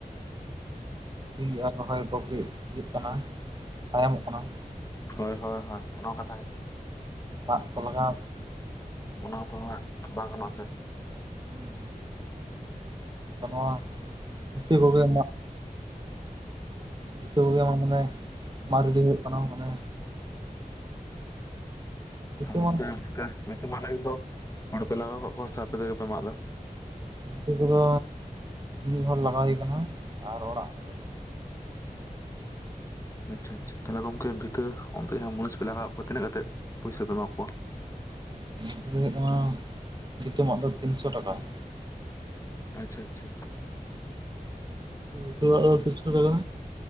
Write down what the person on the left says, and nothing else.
ᱦᱳᱭ, ᱦᱳᱭ, ᱦᱳᱭ ᱚᱱᱟ ᱠᱟᱛᱷᱟ <inaudible>
ᱚᱱᱟ ᱫᱚ ᱦᱟᱸᱜ ᱵᱟᱝ ᱜᱟᱱᱚᱜᱼᱟ ᱥᱮ ᱾
<inaudible>
ᱟᱞᱮ ᱫᱚ ᱦᱚᱲᱯᱮ ᱞᱟᱜᱟᱣ ᱠᱟᱜ ᱠᱚᱣᱟ ᱥᱮ ᱟᱯᱮ ᱛᱮᱜᱮ ᱯᱮ ᱢᱟᱜ ᱫᱟ?
ᱟᱪᱪᱷᱟ, ᱟᱪᱪᱷᱟ, ᱛᱟᱦᱚᱞᱮ ᱜᱚᱝᱠᱮ ᱵᱷᱤᱛᱟᱹ ᱚᱱᱛᱮ ᱡᱟᱦᱟᱸ ᱢᱚᱹᱱᱤᱥ ᱯᱮ ᱞᱟᱜᱟᱣ ᱠᱚᱣᱟ ᱛᱤᱱᱟᱹᱜ ᱠᱟᱛᱮ ᱯᱩᱭᱥᱟ ᱯᱮ ᱮᱢᱟ ᱠᱚᱣᱟ?
ᱟᱪᱪᱷᱟ, ᱟᱪᱪᱷᱟ ᱾